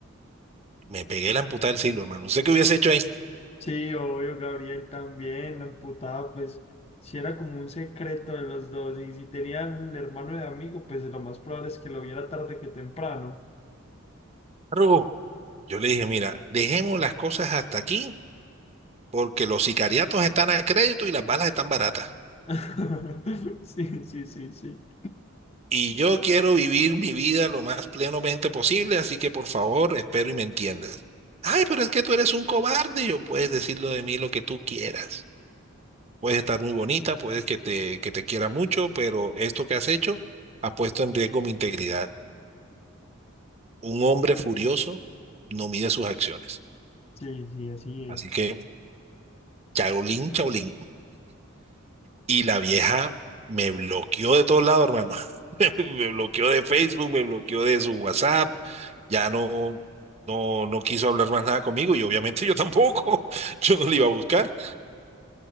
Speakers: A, on the right; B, on the left.
A: Me pegué la amputada del siglo, hermano. No sé qué hubiese hecho ahí?
B: Sí, obvio, Gabriel también, la emputada, pues, si era como un secreto de los dos, y si tenía el hermano de amigo, pues lo más probable es que lo viera tarde que temprano.
A: Arrugo, Yo le dije, mira, dejemos las cosas hasta aquí porque los sicariatos están a crédito y las balas están baratas.
B: <laughs> Sí, sí, sí, sí.
A: Y yo quiero vivir mi vida lo más plenamente posible, así que por favor, espero y me entiendas. Ay, pero es que tú eres un cobarde. Yo puedes decirlo de mí lo que tú quieras. Puedes estar muy bonita, puedes que te, que te quiera mucho, pero esto que has hecho ha puesto en riesgo mi integridad. Un hombre furioso no mide sus acciones.
B: Sí, sí, así es.
A: Así que, chaolín, chaolín. Y la vieja me bloqueó de todos lados, hermano. <laughs> Me bloqueó de Facebook, me bloqueó de su WhatsApp, ya no, no, no quiso hablar más nada conmigo y obviamente yo tampoco, <laughs> yo no le iba a buscar.